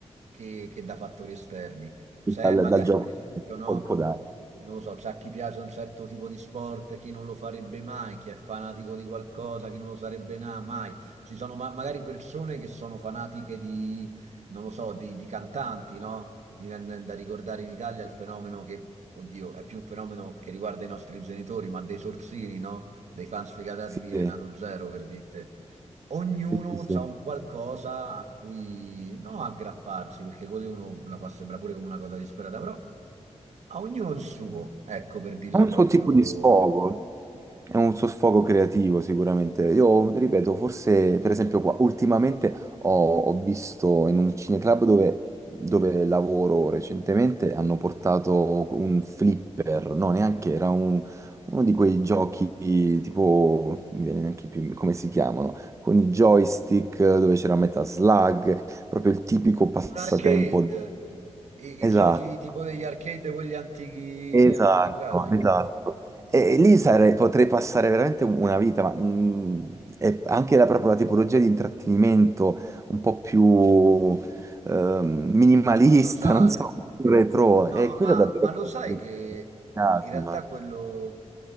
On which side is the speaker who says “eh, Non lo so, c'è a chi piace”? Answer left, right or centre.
Right